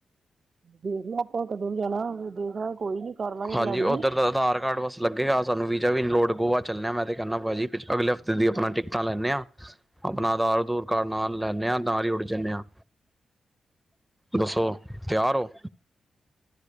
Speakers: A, on the right; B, in the centre.
A: ਦੇਖ ਲੋ ਆਪਾਂ ਕਦੋਂ ਕ ਜਾਣਾ ਦੇਖ ਲੋ ਕੋਈ ਨੀ ਕਰ ਲਾਂਗੇ
B: ਹਾਂਜੀ
A: ਪਲੈਨਿੰਗ
B: ਉੱਧਰ ਦਾ ਆਧਾਰ ਕਾਰਡ ਬਸ ਲੱਗੇਗਾ ਸਾਨੂੰ ਵੀਜਾ ਵੀ ਨੀ ਲੋੜ ਗੋਆ ਚੱਲੇਆ ਮੈਂ ਤੇ ਕੈਂਨਾ ਭਾਜੀ ਅਗਲੇ ਹਫਤੇ ਦੀ ਆਪਣਾ ਟਿਕਟਾਂ ਲੈਂਨੇ ਆਂ। ਆਪਣਾ ਆਧਾਰ-ਅਧੂਰ ਕਾਡ ਨਾਲ ਲੈਂਨੇ ਆਂ ਨਾਲ ਈ ਉੱਡ ਜਾਨੇ ਆਂ। ਦੱਸੋ ਤਿਆਰ ਓ?